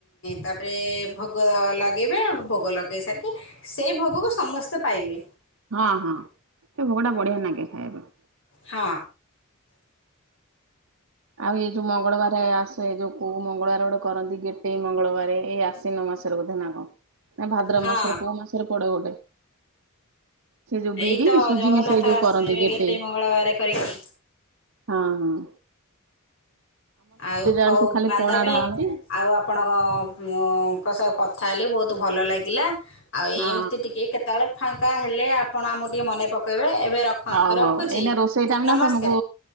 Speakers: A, on the left (about 60°); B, on the right (about 65°).
A: ତାପରେ ଭୋଗ ଲଗେଇବେ, ଭୋଗ ଲଗେଇ ସାରିକି ସେଇ ଭୋଗକୁ ସମସ୍ତେ ପାଇବେ।
B: ହଁ ହଁ ସେ ଭୋଗଟା ବଢିଆ ନାଗେ ଖାଇବା ପାଇଁ।
A: ହଁ।
B: ଆଉ ଏଇ ଯୋଉ ମଙ୍ଗଳବାରେ ଆସେ ଯୋଉ କୋଉ ମଙ୍ଗଳବାରେ ଗୋଟେ କରନ୍ତି ଗେଟେଇ ମଙ୍ଗଳବାରେ, ଏଇ ଆସିନ ମାସ। ବୋଧେ ନା କଣ ନା ଭାଦ୍ର
A: ହଁ
B: ମାସରେ କୋଉ ମାସରେ ପଡେ ଗୋଟେ। ସେ ଯୋଉ
A: ଏଇ
B: ବିରି
A: ତ
B: ସୁଜି
A: ଜଗନ୍ନାଥ
B: ମିଶେଇ ଯୋଉ
A: ଆସିବେ
B: କରନ୍ତି ଗେଟେଇ।
A: କେତେ ମଙ୍ଗଳବାର କରିକି
B: ହଁ-ହଁ।
A: ଆଉ ହଉ
B: ଆଡେ ସବୁ ଖାଲି
A: ବାନ୍ଧବି
B: ପଣା ଢାଳନ୍ତି।
A: ଆଉ ଆ ଆପଣଙ୍କଙ୍କ ସହ କଥା ହେଲି ବହୁତୁ ଭଲ ଲାଗିଲା, ଆଉ
B: ହଁ।
A: ଏମିତି ଟିକେ କେତେ ସକାଳେ ଫାଙ୍କା ହେଲେ ଆପଣ ଆମକୁ ଟିକେ ମନେ ପକେଇବେ, ଏବେ ରଖ
B: ହଉ ହଉ
A: ରଖୁଛି
B: ଏଇନା ରୋଷେଇ ଟାଇମ୍
A: ନମସ୍କାର
B: ନା ତମକୁ